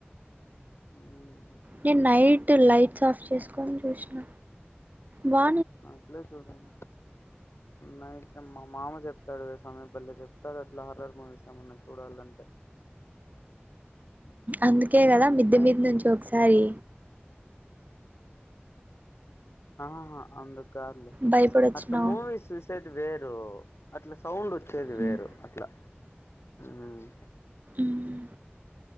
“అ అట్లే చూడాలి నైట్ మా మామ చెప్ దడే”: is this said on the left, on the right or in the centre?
Left